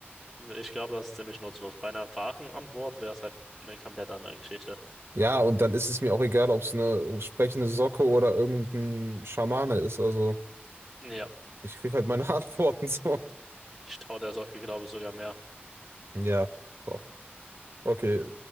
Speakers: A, in the centre; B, on the right.
A: ich glaube, das ist ziemlich nutzlos. Bei einer wahren Antwort wäre es halt eine komplett andere Geschichte.
B: Ja, und dann ist es mir auch egal, ob es eine sprechende Socke oder irgendein Schamane ist. Also.
A: Ja,
B: Ich krieg halt meine <laughs> Antworten so.
A: ich traue der Socke, glaube ich, sogar mehr.
B: Ja, doch. Okay,